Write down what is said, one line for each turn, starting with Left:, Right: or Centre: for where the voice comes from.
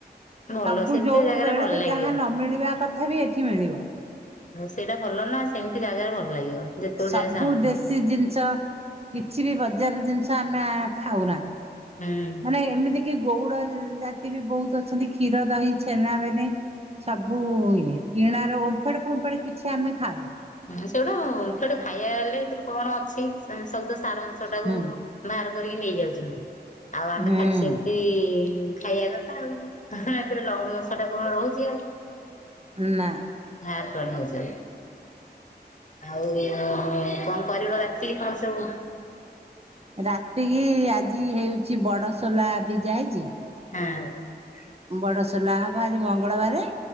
Left: ଭଲ
Right: ସବୁ
Left: ସେମିତିଆ
Right: ଯୋଉ
Left: ଜାଗାରେ
Right: ବେଳରେ
Left: ଭଲ ଲାଗିବ।
Right: ଯାହା ନ ମିଳିବା କଥା ବି ଏଠି। ମିଳିବ।
Left: ସେଇଟା ଭଲ ନା ସେମିତି ଜାଗାରେ ଭଲ ଲାଗିବ। ଯେତେବେଳେ
Right: ସବୁ
Left: ଯାହା ଚାହିଁବ।
Right: ଦେଶୀ ଜିନିଷ କିଛି ବି ବଜାର ଜିନିଷ ଆମେ ଖାଉନା।
Left: ହୁଁ।
Right: ମାନେ ଏମିତି କି ଗଉଡ ଜାତି ବି ବହୁତ ଅଛନ୍ତି କ୍ଷୀର ଦହି ଛେନାବେନେ। ସବୁ ଇଏ କିଣାର ଓମ୍ଫଡ ଫମ୍ଫଡ କିଛି ଆମେ ଖାଉନା।
Left: ହଁ ସେଗଟା ସେଟେ ଖାଇବାଲେ ଭିତରୁ କଣ ଅଛି ଶବଦ ସାର ଅଂଶ ଟାକୁ।
Right: ହୁଁ
Left: ବାହାର କରିକି ନେଇଯାଉଛନ୍ତି ଆଉ ଆମେ
Right: ହୁଁ
Left: ଖାଲି ସେମିତି ଖାଇବା କଥା। ଏରେ ଲହୁଣୀ ବସା ଟା କଣ ରହୁଛି ଆଉ।
Right: ନା।
Left: ହ କଣ ନଉଛନ୍ତି। ଆଉ କଣ କରିବ ରାତି କଣ ସବୁ।
Right: ରାତିକି ଆଜି ହେଉଛି ବଡସୋଲା ଭ ଯାଇଛି।
Left: ହଁ।
Right: ବଡ ସୋଲା ହବ ଆଜି ମଙ୍ଗଳବାର।